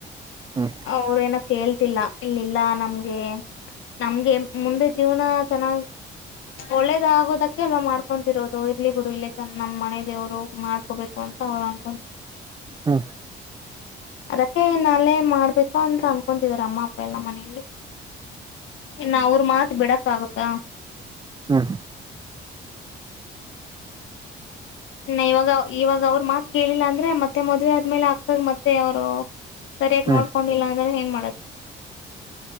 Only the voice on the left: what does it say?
ಅವರು ಏನಪ್ಪ ಹೇಳ್ತಿಲ್ಲ ಇಲ್ಲಿಲ್ಲ ನಮ್ಗೆ ನಮ್ಗೆ ಮುಂದೆ ಜೀವನ ಚೆನ್ನಾಗಿ ಒಳ್ಳೇದ ಆಗೋದಕ್ಕೆ ಎಲ್ಲ ಮಾಡ್ಕೊಂತಿರೋದು ಇರ್ಲಿ ಬಿಡು ಇಲ್ಲ ಚ ನಮ್ಮ ಮನೆ ದೇವ್ರು ಮಾಡ್ಕೋಬೇಕು ಅಂತ ಹೌರ್ಕ
ಅದಕ್ಕೆ ನಾಲೇ ಮಾಡ್ಬೇಕು ಅಂತ ಅನ್ಕೊತಿದಿದ್ದಾರೆ ಅಮ್ಮ ಅಪ್ಪ ಎಲ್ಲ ಮನಲಿ ಇನ್ನು ಅವ್ರ ಮಾತ್ ಬಿಡಕ್ ಆಗತ್ತಾ
ಹ ಇವಾಗ ಇವಾಗ ಅವರು ಮಾತ್ ಕೇಳಿಲ್ಲ ಅಂದ್ರೆ ಮತ್ತೆ ಮದ್ವೆ ಆದ್ಮೇಲೆ ಆಕ್ಕ್ಕಾಗ ಮತ್ತೆ ಅವರು ಸರಿಯಾಗಿ
ನೋಡ್ಕೊಂಡಿಲ್ಲ ಅಂದ್ರೆ ಏನ್ ಮಾಡೋದು